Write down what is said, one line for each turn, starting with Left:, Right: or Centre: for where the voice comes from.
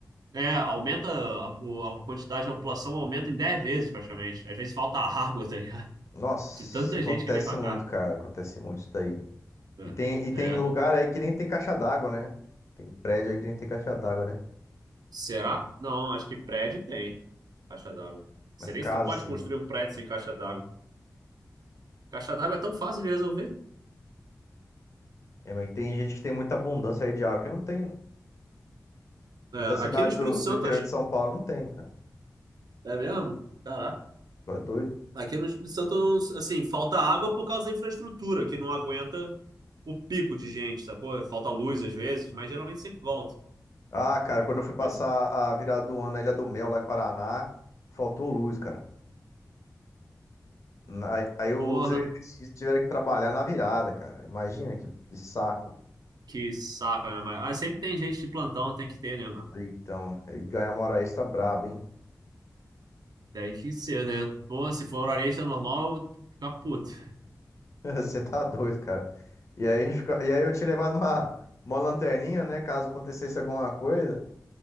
Right: É, aumenta a, o- a quantidade da população, aumenta em 10 vezes praticamente. Às vezes falta <laughs> água, tá ligado?
Left: Nossa,
Right: De tanta
Left: acontece
Right: gente que vem pra cá.
Left: muito, cara. Acontece muito isso daí.
Right: É.
Left: E tem, e tem
Right: É.
Left: lugar aí que nem tem caixa d'água, né? Tem prédio aí que nem tem caixa d'água, né?
Right: Será? Não, acho que prédio tem caixa d'água. Você
Left: Mas
Right: nem
Left: casa,
Right: se tu pode
Left: assim.
Right: construir um prédio sem caixa d'água. Caixa d'água é tão fácil de resolver.
Left: É, mas tem gente que tem muita abundância aí de água que não tem.
Right: É,
Left: Muitas cidades
Right: aqui no Espírito
Left: do,
Right: Santo,
Left: do interior
Right: acho
Left: de São Paulo não tem, cara.
Right: É mesmo? Caraca.
Left: Só é doido.
Right: Aqui no Espírito Santo, assim, falta água por causa da infraestrutura, que não aguenta o pico de gente, sacou? Falta luz às vezes, mas geralmente sempre volta.
Left: Ah, cara, quando eu fui passar
Right: Mas,
Left: a virada do ano na Ilha do Mel, lá em Paraná, faltou luz, cara. Na- Aí, os
Right: porra,
Left: eletricistas tiveram que trabalhar na virada, cara. Imagina que, que saco.
Right: que saco, né? Mas, ah, sempre tem gente de plantão, tem que ter, né, mano?
Left: Então, aí ganhar uma hora extra braba, hein?
Right: Tem que ser, né? Pô, se for horário normal, eu vou ficar puto.
Left: <laughs> Você tá doido, cara. E aí, a gente fica- e aí eu tinha levado uma, uma lanterninha, né? Caso acontecesse alguma coisa.